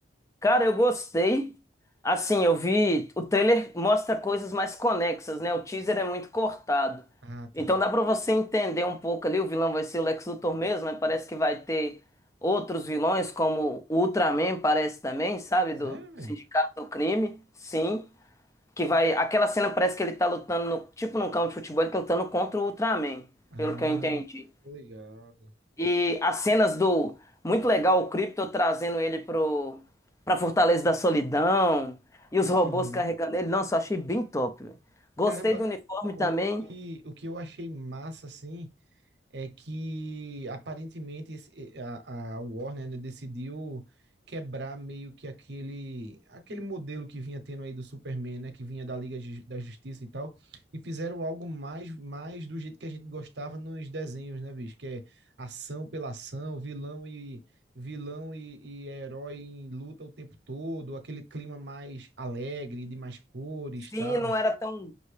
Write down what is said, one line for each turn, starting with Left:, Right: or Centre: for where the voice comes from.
Left: Cara, eu gostei. Assim, eu vi. O trailer mostra coisas mais conexas, né? O teaser é muito cortado.
Right: Ah, tá.
Left: Então dá pra você entender um pouco ali. O vilão vai ser o Lex Luthor mesmo, mas parece que vai ter outros vilões, como o Ultraman, parece também, sabe?
Right: Sério,
Left: Do
Right: velho?
Left: Sindicato do Crime. Sim. Que vai. Aquela cena parece que ele tá lutando, no... tipo num campo de futebol, ele tá lutando contra o Ultraman,
Right: Ah,
Left: pelo que eu entendi.
Right: tô ligado.
Left: E as cenas do. Muito legal o Krypto trazendo ele pro, pra Fortaleza da Solidão. E os robôs
Right: Uhum.
Left: carregando ele. Nossa, eu achei bem top, velho. Gostei
Right: Caramba,
Left: do uniforme
Right: o,
Left: também.
Right: o que, o que eu achei massa, assim, é que aparentemente esse- a, a Warner, né, decidiu quebrar meio que aquele aquele modelo que vinha tendo aí do Superman, né, que vinha da Liga Ju- da Justiça e tal, e fizeram algo mais mais do jeito que a gente gostava nos desenhos, né, bicho, que é ação pela ação, vilão e vilão e, e herói em luta o tempo todo, aquele clima mais alegre, de mais cores,
Left: Sim,
Right: e tal.
Left: não era tão,